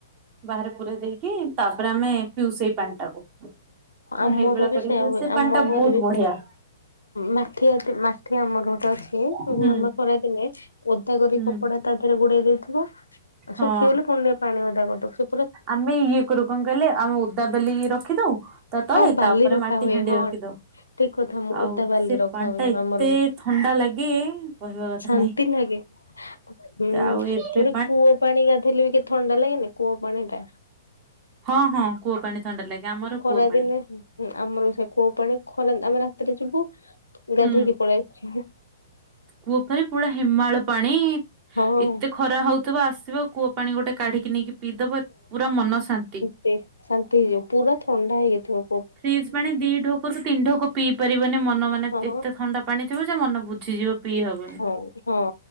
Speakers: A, on the right; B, on the left.
A: ବାହାରେ ପୁରେଇ ଦେଇକି ତାପରେ ଆମେ ପିଉ ସେଇ ପାଣି ଟାକୁ।
B: ଆମର
A: ମୁଁ ହେଇଭଳିଆ
B: ବି
A: କରିକି
B: ସେଇୟା
A: ପିଉଚି
B: ହୁଏ
A: ସେ
B: ଆମ
A: ପାଣି ଟା
B: ଘରେ
A: ବହୁତ
B: ବି
A: ବଢିଆ।
B: ସେୟା। ମାଠିଆ ଟେ ମାଠିଆ ଆମର ଗୋଟେ ଅ ଛି
A: ହୁଁ
B: ମାମା ଖରାଦିନେ ଓଦା କରି
A: ହୁଁ
B: କପଡା ତା ଦେହରେ ଗୋଡେଇ ଦେଇଥିବ। <unintelligible> ଅ
A: ହଁ
B: ଶୁଖିଗଲେ ଫୁଣି ନେଇକି ପାଣି ରେ ଓଦା କରିଦବ। ସୁ
A: ଆମେ ଇଏ କରୁ, କଣ କହିଲେ ଆମେ ଓଦାବେଲିକି ରଖିଦଉ ତା ତଳେ
B: ହଁ, ବାଲି
A: ତା ଉପରେ
B: ରଖା
A: ମାଟି
B: ହୁଏ।
A: ହାଣ୍ଡି
B: ହଁ।
A: ରଖିଦଉ
B: ଠିକ୍ କଥା ମୁଁ
A: ଆଉ
B: ଓଦା ବାଲି
A: ସେ
B: ରଖା
A: ପାଣି
B: ହୁଏ
A: ଟା ଏତେ
B: ଆମର
A: ଥଣ୍ଡା ଲାଗେ କହିବା କଥା
B: ଶାନ୍ତି,
A: ନାହିଁ
B: ନୁହେଁ, କି? ହୁଁ,
A: ଆଉ
B: ତାପରେ
A: ଏବେ
B: କୂଅ ପାଣି ଗାଧେଇଲେ ବି ଥଣ୍ଡା ଲାଗେନି, କୂଅ ପାଣି ଟା।
A: ହଁ, ହଁ, କୂଅ ପାଣି ଥଣ୍ଡା ଲାଗେ। ଆମର
B: ଖରାଦିନେ
A: କୂଅ ପାଣି
B: ହୁଁ ଆମର ସେ କୂଅ ପାଣି ଖରା ଆମେ ରାତିରେ ଯିବୁ ଗାଧେଇକି
A: ହୁଁ
B: ପଳେଇଆଇଚୁ।
A: କୂଅ ପାଣି ପୁରା ହେମାଳ ପାଣି।
B: ହଁ
A: ଏତେ ଖ ଖରା ହଉଥିବ ଆସିବ କୂଅ ପାଣି ଗୋଟେ କାଢ଼ିକି ନେଇକି ପିଇଦବ, ଏତ ପୁରା ମନ ଶାନ୍ତି।
B: ହେ, ଶାନ୍ତି ହେଇଯିବ ପୁରା ଥଣ୍ଡା ହେଇଯାଇଥିବ।
A: ଫ୍ରିଜ୍ ପାଣି ଦି ଢୋକରୁୁ ତିନି ଢୋକ ପିଇ ପାରିବନି। ମନ ମାନେ
B: ହଁ
A: ଏତେ ଥଣ୍ଡା ପାଣି ଥିବ ଯେ ମନ ବୁଝିଯିବ। ପିଇ ହବନି।
B: ହଉ, ହଁ।